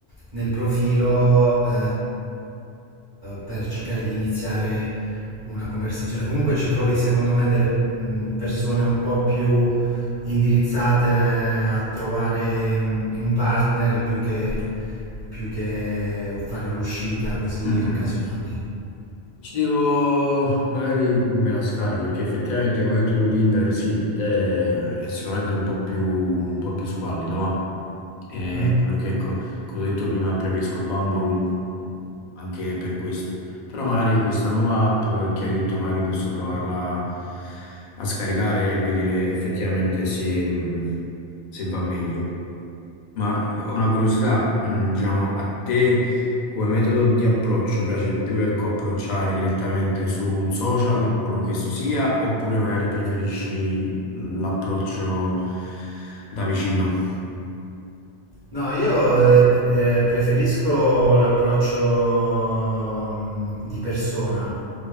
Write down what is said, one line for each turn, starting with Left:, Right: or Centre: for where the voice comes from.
Right: nel profilo eh, per cercare di iniziare una conversazione. Comunque ci trovi, secondo me, delle mh, persone un po' più indirizzate a trovare mh, un partner più che, più che fare l'uscita così
Left: Mm-mm.
Right: occasionale.
Left: Ci devo, magari me la scarico perché effettivamente come hai detto tu Tinder sì, è, è sicuramente un po' più, un po' più squallido, va. E
Right: Mm.
Left: ecco perché, ecco, come ho detto prima, preferisco Bumble anche per questo. Però magari questa nuova app che hai detto, magari posso provarla a scaricare e vedere effettivamente se, mh, se va meglio. Ma io ho una curiosità, mm, diciamo, a te come metodo di approccio piace più, ecco, approcciare direttamente su un social, qualunque esso sia, oppure magari preferisci l'approccio da vicino?
Right: No, io eh, eh, preferisco l'approccio mm, di persona.